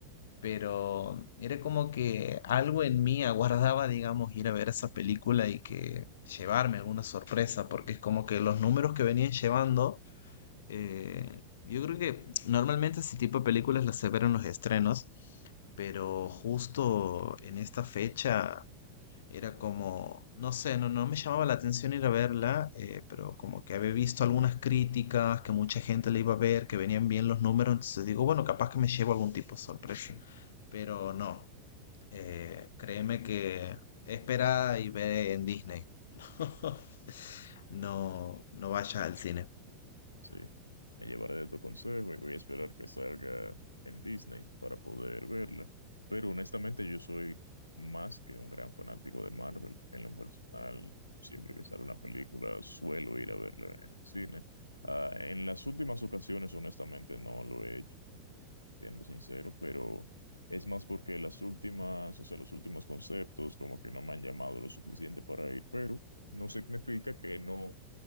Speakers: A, on the left; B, on the left.
A: pero era como que algo en mí aguardaba, digamos, ir a ver esa película y que llevarme alguna sorpresa, porque es como que los números que venían llevando, eh, yo creo que normalmente ese tipo de películas las se ven en los estrenos, pero justo en esta fecha era como, no sé, no, no me llamaba la atención ir a verla, eh, pero como que había visto algunas críticas, que mucha gente le iba a ver, que venían bien los números, entonces digo, bueno, capaz que me llevo algún tipo de sorpresa. Pero no, eh, créeme que espera y ve en Disney. <laughs> No, no vayas
B: de tu consejo,
A: al cine.
B: realmente. Sí, me llevaré de tu consejo y voy a esperar que salga en Disney para poder verla. Pero honestamente yo soy más que un gran fanático de Marvel. En lo personal, siempre que sale una película suelo ir a verla en el cine. Ah, en las últimas ocasiones, honestamente, no lo he hecho, siendo sincero, pero es más porque las últimas, o sea, los últimos conceptos como que no me han llamado lo suficiente para ir, pero no significa que no